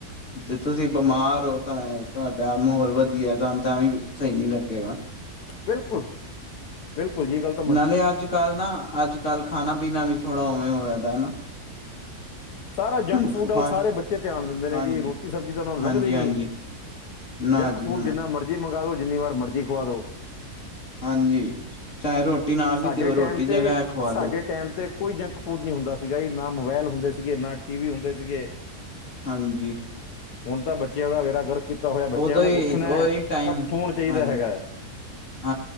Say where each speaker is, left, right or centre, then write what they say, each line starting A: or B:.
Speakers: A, on the left; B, on the left.
A: ਜੇ ਤੁਸੀਂ ਬਿਮਾਰ ਹੋ, ਤਾਂ ਤੁਹਾਡਾ ਮਾਹੌਲ ਵਧੀਆ, ਤੁਹਾਨੂੰ ਤਾਂ ਵੀ ਸਹੀ ਨੀ ਲੱਗੇਗਾ।
B: ਬਿਲਕੁਲ। ਬਿਲਕੁ ਜੀ ਗਲਤ।
A: ਨਾਲੇ ਅੱਜ- ਕੱਲ੍ਹ ਨਾ, ਅੱਜ -ਕੱਲ੍ਹ ਖਾਣਾ ਪੀਣਾ ਵੀ ਥੋੜਾ ਉਵੇਂ ਹੋਇਆ ਦਾ ਹਨਾ।
B: ਸਾਰਾ ਜੰਕ ਫੂਡ,
A: ਫਾਸਟ
B: ਸਾਰੇ ਬੱਚੇ ਧਿਆਨ ਦਿੰਦੇ ਨੇ
A: ਹਾਂਜੀ,
B: ਜੀ, ਰੋਟੀ -ਸਬਜ਼ੀ ਤਾਂ ਉਹਨਾਂ ਨੂੰ
A: ਹਾਂਜੀ,
B: ਲੰਘਦੇ ਹੀ
A: ਹਾਂਜੀ
B: ਨੀ।
A: ਨਾ
B: ਜੰਕ
A: ਜੀ
B: ਫੂਡ
A: ਨਾ
B: ਜਿੰਨਾ ਮਰਜ਼ੀ ਮੰਗਵਾ ਦੋ, ਜਿੰਨੀ ਵਾਰ ਮਰਜ਼ੀ ਖਵਾ ਦਉ।
A: ਹਾਂਜੀ। ਚਾਹੇ ਰੋਟੀ ਨਾ ਵੀ
B: ਸਾਡੇ
A: ਦਿਓ
B: ਟਾਈਮ
A: ਰੋਟੀ ਜਗ੍ਹਾ
B: ਤੇ,
A: ਐ ਖਵਾ
B: ਸਾਡੇ
A: ਲੋ
B: ਟਾਈਮ ਤੇ। ਕੋਈ ਜੰਕ ਫੂਡ ਨਹੀਂ ਹੁੰਦਾ ਸੀਗਾ ਜੀ, ਨਾ ਮੋਬਾਇਲ ਹੁੰਦੇ ਸੀਗੇ, ਨਾ ਟੀ ਵੀ ਹੁੰਦੇ ਸੀਗੇ।
A: ਹਾਂਜੀ‌
B: ਹੁਣ ਤਾਂ ਬੱਚਿਆਂ ਦਾ ਵੇਰਾ ਗਰ ਕੀਤਾ ਹੋਇਆ, ਬੱਚਿਆਂ
A: ਉਦੋਂ
B: ਨੂੰ
A: ਹੀ
B: ਉੱਠਣਾ,
A: ਉਹੀ ਟਾਈਮ
B: ਤਾਂ ਫੋਨ ਚਾਹੀਦਾ
A: ਹਾਂਜੀ,
B: ਹੈਗਾ।
A: <inaudible>